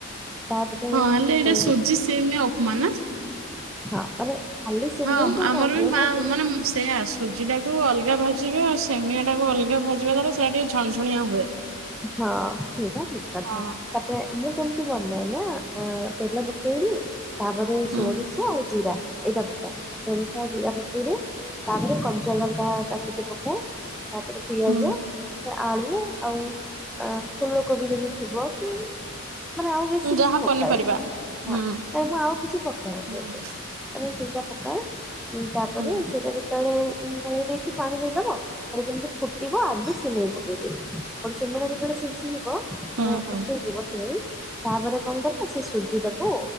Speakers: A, in the centre; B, on the right.
A: ତାପରେ
B: ହଁ
A: ଏ
B: ହେଲେ ଏଇଟା ସୁଜି ସେମେଇ ଉପମା ନା?
A: ହଁ ମାନେ ଖାଲି ସିମେଇଟା
B: ହଁ ଆମର
A: କଣ ହୁଏ
B: ବି ମା
A: ନା ସେ
B: ମାନେ ସେୟା ଆସୁ ସୁଜି ଟାକୁ ଅଲଗା ଭାଜିବେ ଆଉ ସେମେଇଆ ଟାକୁ ଅଲଗା ଭାଜିବା ଦ୍ଵାରା ସେଟା ଟିକେ ଝଣଝଣିଆ ହୁଏ।
A: ହଁ ସେଇଟା ଠିକ୍ କଥା।
B: ହଁ
A: ତାପରେ ମୁଁ କେମତି ବନାଏ ନା ତେଲ ପକେଇବି ତାପରେ
B: ହଁ।
A: ସୋରିଷ ଆଉ ଜିରା ଏଇଟା ପକାଏ। ସୋରିଷ ଆଉ ଜିରା ପକେଇଦିଏ। ତାପରେ କଞ୍ଚାଲଙ୍କା କାଟିକି ପକାଏ। ତାପରେ ପିଆଜ
B: ହୁଁ
A: ଆଳୁ ଆଉ ଅ ଫୁଲକୋବି ଯଦି ଥିବ କି? ମାନେ ଆଉ ବେଶୀ
B: ହୁଁ
A: କିଛି
B: ଯାହା
A: ପକାଏନି।
B: ପନିପରିବା ହୁଁ।
A: ହଁ ତ ମୁ ଆଉ କିଛି ପକାଏନି
B: ହୁଁ।
A: ଏତେ। ମାନେ ସେଇଟା ପକାଏ ଉଁ ତାପରେ
B: ହୁଁ
A: ସେଇଟାକୁ ଯେତବେଳେ ଘୋଡ଼େଇ ଦେଇକି ପାଣି ଦେଇଦବ ତାପରେ ଯେମିତି ଫୁଟିବ ଆଗେ ସିମେଇ ପକେଇଦେବି। ତାପରେ ସେମେଇଟା ଯେତେବେଳେ ସିଝି ଯିବ
B: ହୁଁ
A: ଅଁ
B: ହୁଁ
A: ସିଝିବ ସିମେଇ ତାପରେ କଣ କର? ସେ ସୁଜିି ଟାକୁ